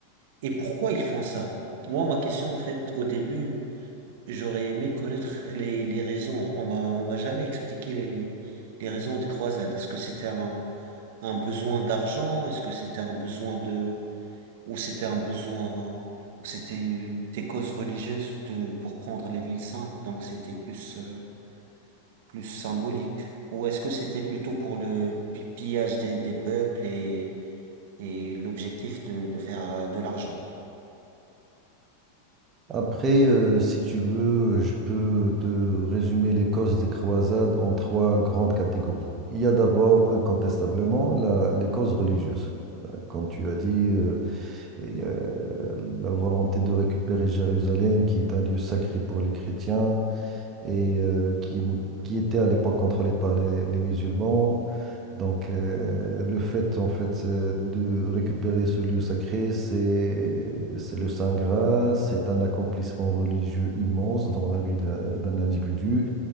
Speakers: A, on the right; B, on the right.
A: et pourquoi ils font ça? Moi, ma question, en fait, au début, J'aurais aimé connaître les, les raisons. On m'a, on m'a jamais expliqué les, les raisons des croisades. Est-ce que c'était un, un besoin d'argent? Est-ce que c'était un besoin de, ou c'était un besoin, ou c'était une- des causes religieuses de, pour prendre les villes saintes, donc c'était plus, euh, plus symbolique. Ou est-ce que c'était plutôt pour le pi- pillage des, des peuples et, et l'objectif de, de faire euh, de l'argent.
B: Après, euh, si tu veux, euh, je peux te résumer les causes des croisades en trois grandes catégories. Il y a d'abord, incontestablement, la- les causes religieuses. Euh, Comme tu as dit, euh, et, euh, la volonté de récupérer Jérusalem, qui est un lieu sacré pour les chrétiens, et euh, qui, qui était à l'époque contrôlé par les, les musulmans. Donc, euh, le fait, en fait, euh, de récupérer ce lieu sacré, c'est, c'est le Saint Graal, c'est un accomplissement religieux immense dans la vie d'un d'un individu.